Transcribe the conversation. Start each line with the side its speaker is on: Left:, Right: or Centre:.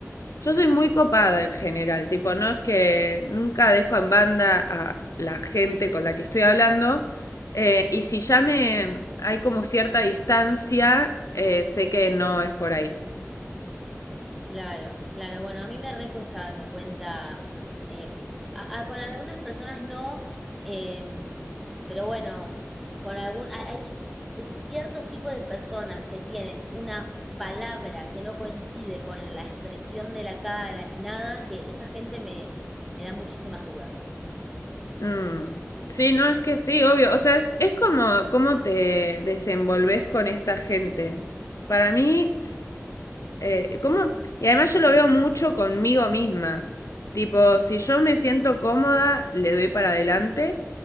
Left: Yo soy muy copada en general, tipo, no es que nunca dejo en banda a la gente con la que estoy hablando. eh, y si ya me hay como cierta distancia, eh, sé que no es por ahí.
Centre: Claro, claro. Bueno, a mí me recuesta darme cuenta. eh, a- a- con algunas personas no, eh, pero bueno, con algún, hay hay ciertos tipos de personas que tienen una palabra que no coincide con la expresión de la cara ni nada, que esa gente me, me da muchísimas dudas.
Left: Mm. Sí, no, es que sí, obvio. O sea, es, es como cómo te desenvolves con esta gente. Para mí, Eh, ¿cómo? Y además yo lo veo mucho conmigo misma. Tipo, si yo me siento cómoda, le doy para adelante.